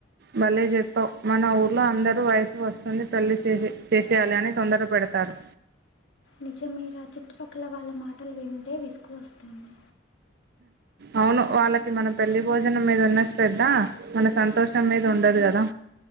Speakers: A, on the right; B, on the left.
A: భలే చెప్పావు మన ఊర్లో అందరు వయసు వస్తుంది పెళ్లి చేసి చేసేయాలి అని తొందర పెడతారు
B: నిజమేర చుట్టుపక్కల వాళ్ళ మాటలు వింటే విసుగు వస్తుంది
A: అవును వాళ్ళకి మన పెళ్లి భోజనం మీద ఉన్న శ్రద్ధ మన సంతోషం మీద ఉండదు కదా